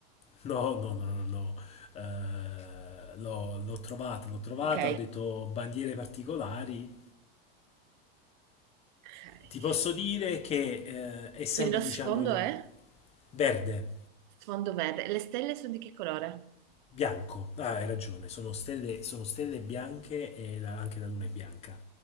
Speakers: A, on the left (about 20°); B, on the right (about 50°).
A: No, no, no, no, no. Eh, l'ho, l'ho trovata, l'ho trovata,
B: Ok,
A: ho detto bandiere particolari
B: ok.
A: Ti posso dire che eh, è sempre,
B: Quindi lo sfondo
A: diciamo, in un
B: è
A: verde,
B: sfondo verde. Le stelle sono di che colore?
A: bianco. Ah, hai ragione, sono stelle, sono stelle bianche e la- anche la luna è bianca.